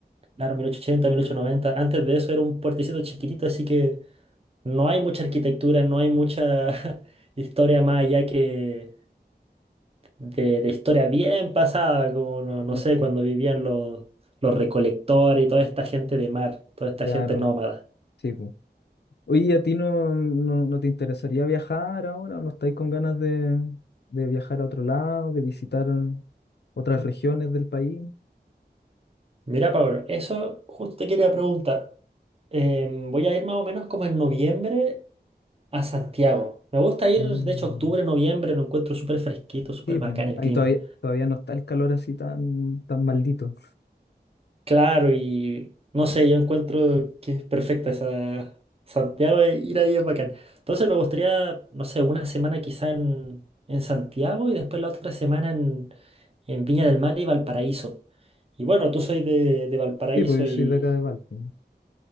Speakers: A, on the right; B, on the left.
A: claro, mil mil ochocientos, ochenta, mil ochocientos noventa. Antes de eso era un puertecito chiquitito, así que no hay mucha arquitectura, no hay mucha <laughs> historia más allá que, de, de historia bien pasada, como no, no
B: Mm,
A: sé, cuando vivían los, los recolectores y toda esta gente de mar, toda esta
B: Claro,
A: gente nómada.
B: sí, pues. Oye, ¿y ¿a ti no, no, no te interesaría viajar ahora? ¿No estáis con ganas de, de viajar a otro lado, de visitar otras regiones del país?
A: Mira, Pablo, eso justo te quería preguntar. Em, voy a ir más o menos como en noviembre a Santiago. Me gusta ir,
B: Ah,
A: de hecho, octubre, noviembre, lo encuentro súper fresquito, súper
B: Sí,
A: bacán
B: pues,
A: el
B: ahí
A: clima.
B: todavía, todavía no está el calor así tan, tan maldito.
A: Claro, y no sé, yo encuentro que es perfecta esa Santiago, e ir ahí es bacán. Entonces me gustaría, no sé, una semana quizá en, en Santiago y después la otra semana en, en Viña del Mar y Valparaíso. Y bueno, tú soy de, de Valparaíso
B: Sí, pues yo
A: y
B: soy de acá de Valpo.